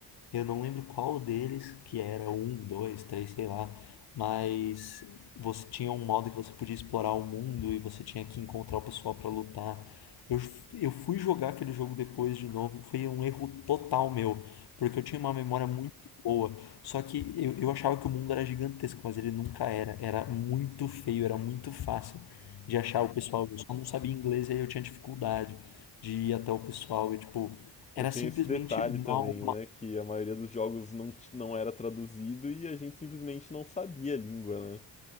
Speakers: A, on the left; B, on the left.
A: Eu não lembro qual deles, que era um, dois, três, sei lá, mas você tinha um modo que você podia explorar o mundo e você tinha que encontrar o pessoal pra lutar. Eu, eu fui jogar aquele jogo depois de novo, foi um erro total meu, porque eu tinha uma memória muito boa, só que eu, eu achava que o mundo era gigantesco, mas ele nunca era, era muito feio, era muito fácil de achar o pessoal, eu só não sabia inglês e aí eu tinha dificuldade de ir até o pessoal e tipo, era
B: eu tenho
A: simplesmente
B: esse detalhe
A: mal,
B: também, né? Que a maioria dos jogos não, ti- não era traduzido e a gente simplesmente não sabia a língua, né?